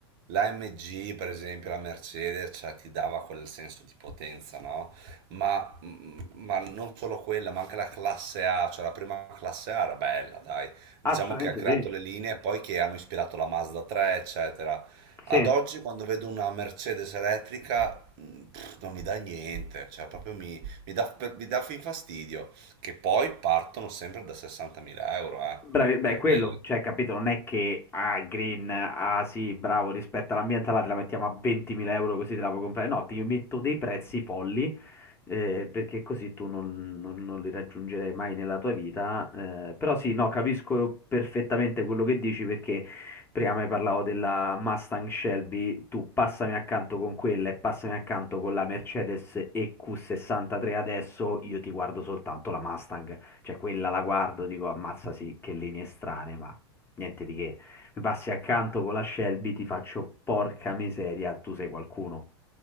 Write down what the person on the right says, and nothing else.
La MG, per esempio, la Mercedes, cioè, ti dava quel senso di potenza, no? Ma, mm, ma non solo quella, ma anche la classe A, cioè la prima classe A era bella, dai. Diciamo
che ha creato
le linee poi che hanno ispirato la Mazda 3, eccetera. Ad
oggi, quando vedo una Mercedes elettrica, mm, pff, non mi dà niente, cioè proprio mi, mi dà, per- mi dà fin fastidio, che poi partono sempre da 60.000 euro, eh?
Anche
quelle.